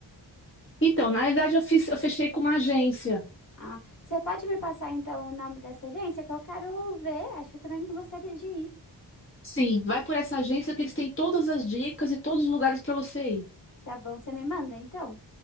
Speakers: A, on the left; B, on the left.
A: Então, na realidade, eu fiz, eu fechei com uma agência.
B: Ah, você pode me passar então o nome dessa agência que eu quero ver? Acho que eu também gostaria de ir.
A: Sim, vai por essa agência que eles têm todas as dicas e todos os lugares para você ir.
B: Tá bom, você me manda então?